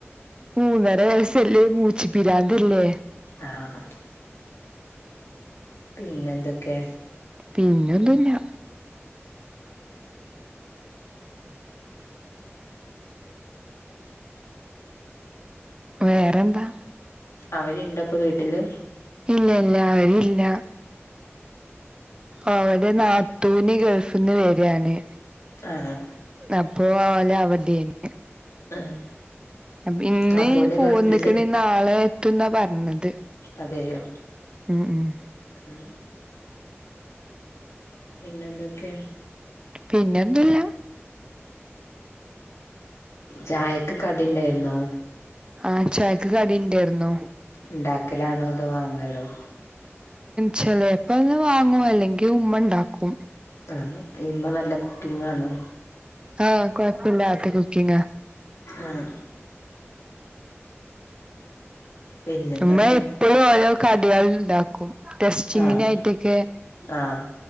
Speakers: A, on the right (about 20°); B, on the left (about 80°).
A: മൂന്നര വയസല്ലേ മൂച്ചി പിരാന്ത്‌ ഇല്ലേ
B: ആഹ് പിന്നെ എന്തൊക്കെ
A: പിന്നെ ഒന്നുല്ല വേറെന്താ
B: അവര് ഇണ്ടോ ഇപ്പൊ വീട്ടില്
A: ഇല്ല ഇല്ല അവര് ഇല്ല ഓളുടെ നാത്തൂന് ഗൾഫിന്ന് വെരാണ്
B: ആഹ്
A: അപ്പൊ ഓല് അവടേണ്
B: ആഹ്
A: അപ്പൊ ഇന്ന്
B: നാത്തൂന്
A: പോന്നുക്ക്ണ്
B: ഗൾഫില്
A: നാളെ എത്തും ന്നാ പറഞ്ഞത്
B: അതേയോ
A: ഉം ഉം
B: ഉം പിന്നെ എന്തൊക്കെ
A: പിന്നെ ഒന്നും ല്ല
B: ചായക്ക് കടി ഉണ്ടേര്ന്നോ
A: ആഹ ചായക്ക് കട ഉണ്ടേര്ന്നു
B: ഇണ്ടാക്കലാണോ അതോ വാങ്ങലോ
A: ചിലപ്പൊ ഒന്ന് വാങ്ങും അല്ലെങ്കിൽ ഉമ്മ ഉണ്ടാക്കും
B: ആ ഇമ്മ നല്ല കുക്കിങ്ങ് ആണോ
A: ആഹ കൊയപ്പല്ലാത്ത കുക്കിംങ്ങാ
B: ആഹ് പിന്നെന്തൊക്കെ
A: ഇമ്മ എപ്പളും ഓരോ കടിയാള് ഇണ്ടാക്കും ടെസ്റ്റിങ്ങിനായിട്ടൊക്കെ
B: ആഹ് ആഹ്